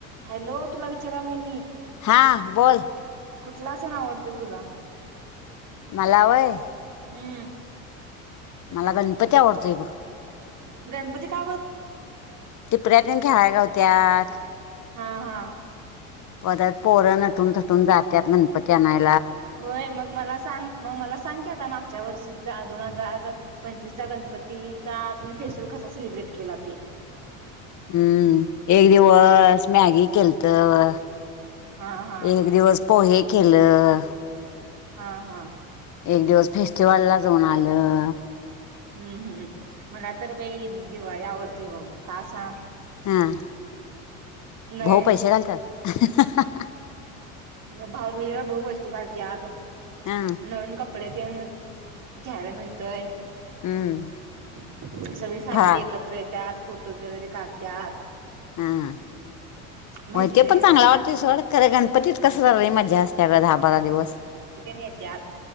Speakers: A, on the right; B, on the left.
A: हॅलो तुला विचारालय मी
B: हां बोल
A: कुठला सण आवडतय तुला
B: मलावय
A: हम्म.
B: मला गणपती आवडतोय बग
A: गणपती का बर.
B: टिपऱ्यातेन खेळाय गावत्यात.
A: हां हां.
B: परत पोरं नटून-थटून जात्यात गणपत आणाय.
A: होय मग मला सांग. म मला सांग की आता माकच्या वर्षी च दोन हाजार पंचवीसचा गणपतीचा तुम्ही फेस्टिवल कसा सेलिब्रेट केला ते.
B: हम्म एक दिवस मॅगी केलतं.
A: हा हा
B: एक दिवस पोहे केलं.
A: हा हा
B: एक दिवस फेस्टिवल ला जाऊन आलं.
A: हम्म हम्म. मला तर बाई दिवाळी आवडते. बघ का सांग?
B: हां
A: नवीन
B: भाऊ पैसे घालत्यात.
A: नाई भाऊ बिजला भाऊ. पैसे घालत्यात.
B: हा
A: नवीन कपडे तेन घ्यायला मिळतंय.
B: हम्म
A: सगळी फॅमिली
B: फराळ
A: एकत्र येत्यातत. फोटोज वगैरे काढत्यात.
B: हां हा.
A: <unintelligible>
B: व्हय ते पण
A: येत्यात
B: चांगला वाटतय सोड. खरं गणपतीत कसं लई मज्या असते दहा-बारा दिवस.
A: न्हेत्यात.